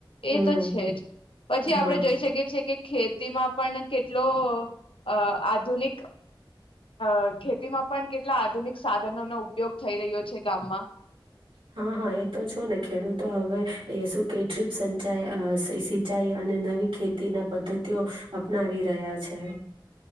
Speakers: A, on the right; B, on the left.
A: હમ
B: એ તો છે. જ પછી,
A: હા
B: આપડણે જોઈ કે ખેતીમાં પણ કેટલો અ આધુનિક અ ખેતીમાં પણ કેટલા આધુનિક સાધનોનો ઉપયોગ થઈ રહ્યો છે. ગામમાં
A: હા હા એ તો છો ને ખેડૂતો હવે એ શું કે ડ્રીપ સચાઈ સિંચાઈ અને નવી ખેતી ના પદ્ધતિઓ અપનાવી રહ્યા છે.